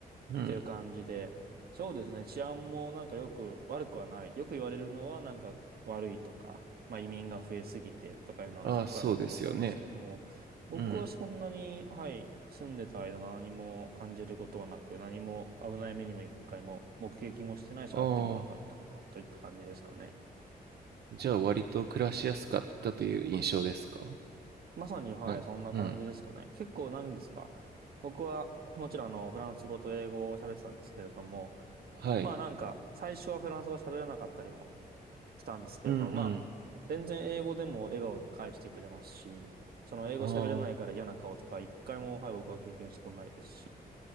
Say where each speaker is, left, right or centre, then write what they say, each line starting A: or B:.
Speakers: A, on the right; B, on the right.
A: うん。
B: ていう感じで。そうですね。治安もなんかよく悪くはない。よく言われるのはなんか悪いとか、まあ移民が増えすぎてとかいうのは聞くかなと思うんですけれども、
A: ああ、そうですよね。
B: 僕はそんなに、
A: うん。
B: はい、住んでた間何も感じることはなく、何も危ない目にも一回も目撃もしてないし、
A: ああ、
B: あってもなかったかなといった感じですかね。
A: じゃあ割と暮らしやすかったという印象ですか
B: まさに、はい、
A: なん、
B: そんな感じですかね。
A: うん。
B: 結構なんですか。僕は、もちろん、あの、フランス語と英語を喋ってたんですけれども、
A: はい。
B: まあなんか、最初はフランス語喋れなかったりもしたんですけれども、
A: うん
B: まあ、全然英語でも笑顔で返してくれますし、その英語喋れないから嫌な顔とか、
A: うん。ああ、
B: 一回も、はい、僕は経験したことないですし、